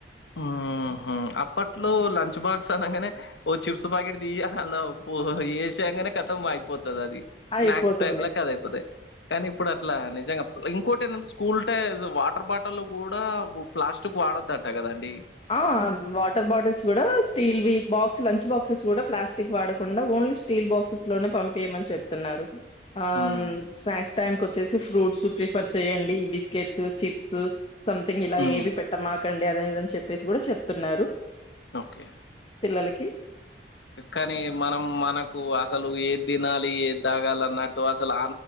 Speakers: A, on the left; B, on the left.
A: ఊహూ అప్పట్లో లంచ్ బాక్స్ అనంగనే ఓ చిప్స్ పాకెట్ దీయ అల్ల పో ఏసేయంగనే కతం అయిపో తది అది
B: అయిపోతుండే
A: స్నాక్స్ టైమ్ లాక్ అది అయిపోతది కానీ ఇప్పుడు అట్లా నిజంగ ఇంకో ఏందంటే స్కూల్ టైస్ వాటర్ బాటల్లు గూడా ప్లాస్టిక్ వాడొద్దట గదండి
B: ఆ వాటర్ బాటిల్స్ గూడా స్టీల్ వి బాక్స్ లంచ్ బాక్సెస్ గూడా ప్లాస్టిక్ వాడకున్ ఉండే ఓన్లీ స్టీల్ బాక్సెస్ లోనే పంపియమన్ చెప్తున్నారు ఆమ్
A: మ్
B: స్నాక్స్ టైం కు చ్చేసి ఫ్రూట్స్ ప్రిఫర్ చేడి బిస్కెట్స్ చిప్స్ సంథింగ్ ఇలా
A: మ్
B: ఏవి పెట్టమాక్ టండి అదా ఇదన్ చెప్పేసి గూడా చెప్తున్నారు
A: ఓకే
B: పిల్లలకి.
A: కానీ మనం మనకు అసలు ఏది తినాలి ఏ తాగాలన్నట్టు అసలు